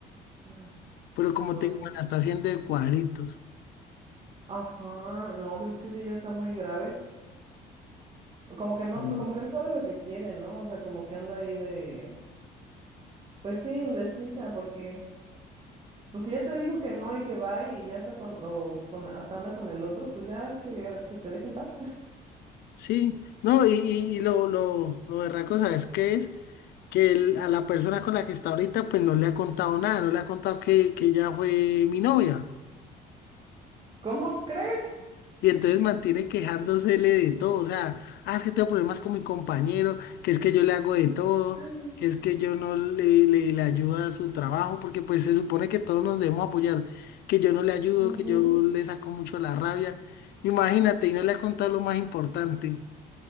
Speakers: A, on the right (about 30°); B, on the left (about 70°).
A: Ah,
B: pero como
A: no,
B: te digo, me la está haciendo de cuadritos.
A: Ajá, no, pues es que sí, ya está muy grave. O Como que no,
B: Mm.
A: como que no sabe lo que quiere, ¿no? O sea, como que anda ahí de, pues sí, indecisa, porque Pues si ya te dijo que no y que va y ya está con, o con- hasta anda con el otro, pues ya que, que te dejen paz.
B: Sí, no, y, y- y lo, lo, lo berraco, ¿sabes qué es? que el- a la persona con la que está ahorita pues no le ha contado nada, no le ha contado que, que ella fue mi novia.
A: <laughs> ¿Cómo crees?
B: Y entonces mantiene quejándosele de todo, o sea, ah, es que tengo problemas con mi compañero, que es que yo le hago de todo,
A: Mm.
B: que es que yo no le, le, le ayudo a su trabajo, porque pues se supone que todos nos debemos apoyar, que yo no le ayudo,
A: Ujú.
B: que yo le saco mucho la rabia. Imagínate, y no le ha contado lo más importante,